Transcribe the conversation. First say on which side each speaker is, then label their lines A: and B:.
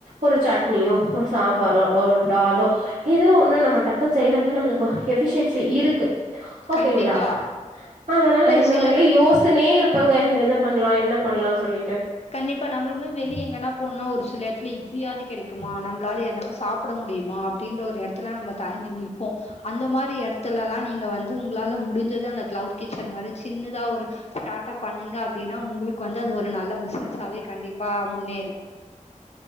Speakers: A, on the right; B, on the left.
A: ஒரு சட்னியோ ஒரு சாம்பாரோ ஒரு டாலோ ஏதோ ஒண்ணும் நம்ம டக்குன்ன செய்யிறோமே நம்மளு எபிஷியன்சி இருக்கு ஓகேங்களா
B: கண்டிப்பா.
A: அதனால
B: ஒரு
A: இந்த
B: சில
A: மாதிரில யோசனே இருப்ப எது பண்ணலா என்ன பண்ணலாம்னு சொல்லிட்டு
B: கண்டிப்பா நம்மளுமே வெளிய எங்கன்னா பொண்ணா ஒருசில இட்லி இட்லியாவது கிடைக்குமா நம் ன்னால எதாது சாப்பிட முடியுமா அப்டின் ஒரு எடத்துல நம்ம தயங்கி நிப்போ அந்த மாரி எடத்துலலா நீங்க வந்து உங்களால முடி்ஞ்சத அந்த கிளவுட் கிச்சன் மாரி சின்னதா ஒரு ஸ்டார்ட் அப் பன்னிங்க அப்படின்னா உங்களுக்கு வந்து அது ஒரு நல்ல பிஸ்ன னஸ் ஆவே கண்டிப்பா முன்னேறும்